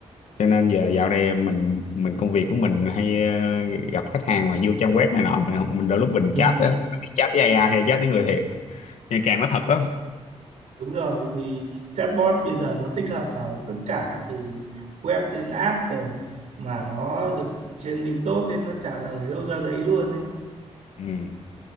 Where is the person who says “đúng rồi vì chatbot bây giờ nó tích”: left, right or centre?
Right